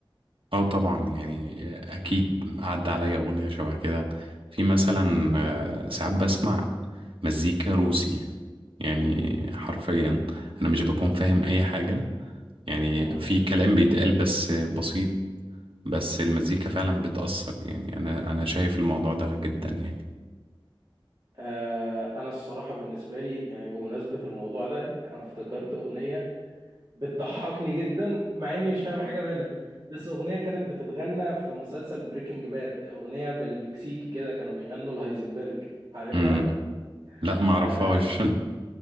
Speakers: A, on the right (about 80°); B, on the right (about 60°).
A: اه طبعا يعني آه، اكيد عدى عليا اغنية شبه كده في مثلا آه، ساعات بسمع مزيكا روسي يعني حرفيا انا مش بكون فاهم اي حاجة يعني
B: مهم.
A: في كلام بيتقال بس بسيط بس المزيكا فعلا بتأثر يعني انا انا شايف الموضوع ده جدا يعني
B: آه، انا الصراحة بالنسبة لي يعني بمناسبة الموضوع ده انا افتكرت اغنية بتضحكني جدا مع اني مش فاهم حاجه منها بس اغنيه كانت بتتغنى في مسلسل بريكنج باد اغنيه بالمكسيكي كده كانوا بيغنوا الهايزنبرج عارفها
A: امم لا ما اعرفهاش
B: آه
A: <laughs>